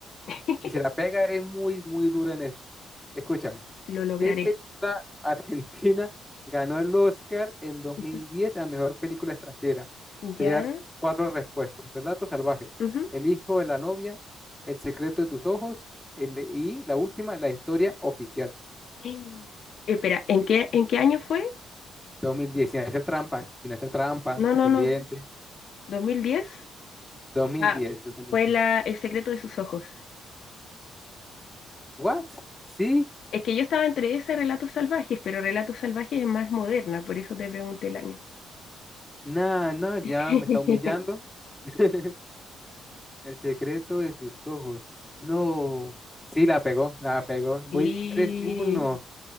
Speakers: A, on the left; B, in the centre.
A: <laughs>
B: Y si la pega, eres muy, muy dura en esto. Escúchame,
A: lo lograré.
B: ¿qué película <laughs> argentina ganó el Oscar en 2010
A: Ujú.
B: a mejor película extranjera?
A: Ya.
B: Te voy a dar cuatro respuestas. Relatos salvajes,
A: ujú.
B: El hijo de la novia, El secreto de tus ojos, el- y la última, La historia oficial.
A: Eh, espera, ¿en qué, en qué año fue?
B: 2010, sin hacer trampa, sin hacer trampa,
A: No, no,
B: pendiente.
A: no. ¿2010?
B: dos mil
A: Ah,
B: diez exactamente.
A: fue la, El secreto de sus ojos.
B: ¿What? ¿Sí?
A: Es que yo estaba entre ese y Relatos Salvajes, pero Relatos Salvajes es más moderna, por eso te pregunté el año.
B: Nah, no, ya
A: <laughs>
B: me está humillando. <laughs> El secreto de sus ojos. No. Sí, la pegó, la pegó. Voy
A: Sí.
B: tres uno